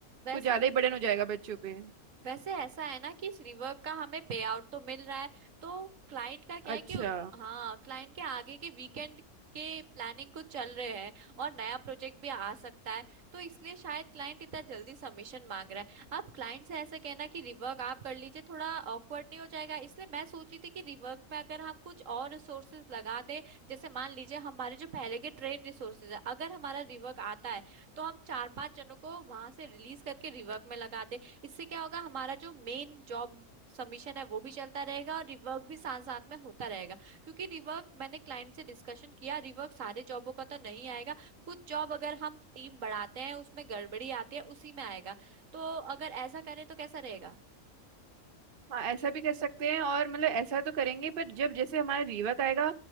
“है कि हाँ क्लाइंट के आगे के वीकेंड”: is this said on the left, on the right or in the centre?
Right